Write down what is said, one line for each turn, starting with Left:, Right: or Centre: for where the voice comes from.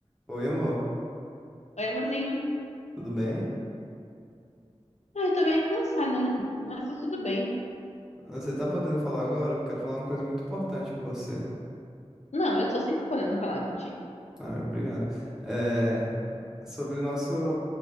Centre: Oi, amor,
Left: Oi, amorzinho.
Centre: tudo bem?
Left: Ah, eu tô meio cansada, né? Mas tá tudo bem.
Centre: Você tá podendo falar agora? Eu quero falar uma coisa muito importante com você.
Left: Não, eu tô sempre podendo falar contigo.
Centre: Ah, obrigado. É, sobre nosso